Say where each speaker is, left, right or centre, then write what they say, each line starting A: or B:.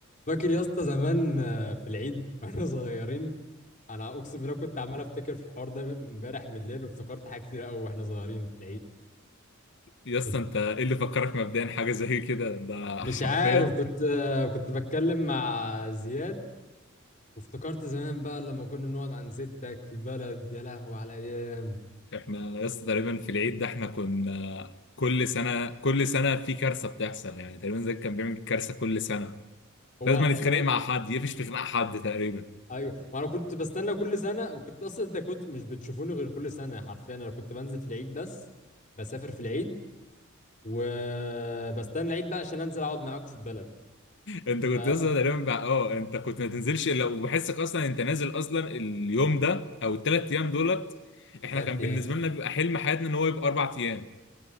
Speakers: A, on the left; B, on the left.
A: فاكر يا اسطى زمان آه، في العيد <laughs> واحنا صغيرين انا اقسم بالله كنت عمال افتكر في الحوار ده امبارح بالليل وافتكرت حاجات كتير قوي واحنا صغيرين في العيد
B: يا اسطى
A: كنت
B: انت ايه اللي فكرك مبدئيا حاجه زي كده ده
A: مش
B: حرفيا
A: عارف كنت <laughs> آه، كنت بتكلم مع زياد وافتكرت زمان بقى لما كنا بنقعد عند ستك في البلد يا لهوي على الايام
B: احنا يا اسطى تقريبا في العيد ده احنا كنا كل سنه كل سنه في كارثه بتحصل يعني تقريبا زي كان بيعمل كارثه كل سنه
A: هو
B: لازم
A: هو-
B: نتخانق مع حد يقفش في خناق حد تقريبا <laughs>
A: ايوه وانا كنت بستنى كل سنه كنت اصلا انت كنت مش بتشوفوني غير كل سنه حرفيا انا كنت بنزل في العيد بس بسافر في العيد وبستنى العيد بقى عشان انزل اقعد معاكم في البلد
B: انت كنت
A: فتلات
B: اصلا تقريبا بقى اه انت كنت ما تنزلش الا وبحسك اصلا انت نازل اصلا اليوم ده او الثلاث ايام دولت احنا
A: ايام
B: كان بالنسبه لنا بيبقى حلم حياتنا ان هو يبقى اربع ايام